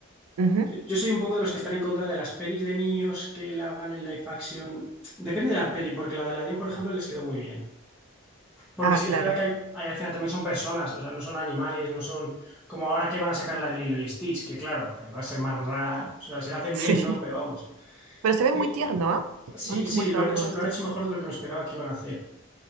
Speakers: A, on the right; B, in the centre.
A: Ujú.
B: Yo, yo soy un poco de los que están en contra de las pelis de niños que la hagan en live action. Depende de la peli, porque la de Aladdin, por ejemplo, les quedó muy bien. Porque
A: Ah,
B: sí que
A: claro,
B: es verdad que hay, hay al final también son personas, o sea, no son animales, no son como ahora que van a sacar la de Lilo y Stitch, que claro, eh, va a ser más rara. O sea,
A: <laughs>
B: si la hacen
A: sí.
B: bien, no, pero vamos.
A: Pero se ve
B: Sí,
A: muy tierno, ¿ah?
B: sí,
A: Han hecho
B: sí,
A: un buen trabajo
B: lo han hecho,
A: con
B: lo
A: Stitch.
B: han hecho mejor de lo que me esperaba que iban a hacer.